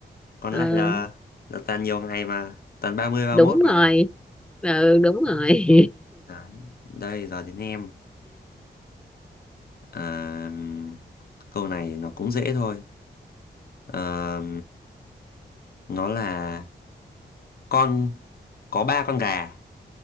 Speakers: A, on the left; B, in the centre.
A: còn
B: mà,
A: lại
B: ờ,
A: là là toàn nhiều ngày mà toàn ba mươi ba
B: đúng
A: mốt mà
B: rồi ừ, đúng rồi
A: đấy
B: <laughs>
A: đây giờ đến em à, câu này nó cũng dễ thôi à, nó là con có ba con gà